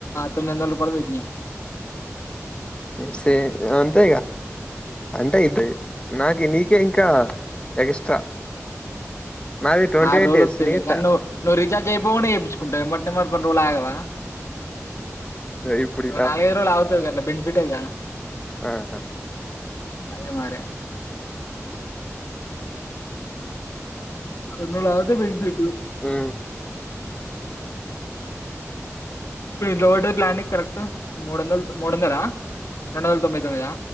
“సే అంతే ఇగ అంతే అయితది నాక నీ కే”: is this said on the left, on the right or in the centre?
Left